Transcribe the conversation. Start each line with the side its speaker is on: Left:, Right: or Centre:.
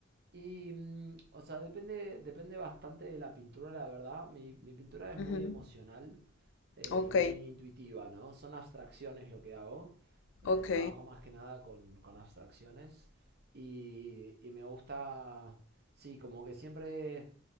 Right: Y, mm, o sea, depende, depende bastante de la pintura, la verdad. Mi, mi pintura es muy
Left: Ujú.
Right: emocional eh,
Left: Ok,
Right: y muy intuitiva, ¿no? Son abstracciones lo que hago. Eh,
Left: ok,
Right: trabajo más que nada con, con abstracciones. Y, y me gusta, sí, como que siempre